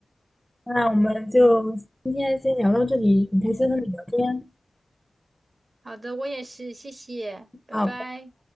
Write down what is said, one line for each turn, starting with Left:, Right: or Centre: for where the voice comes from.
Centre: 那我们就今天先聊到这里，很开心和你聊天。
Right: 好的，我也是，谢谢，拜拜。
Centre: 好，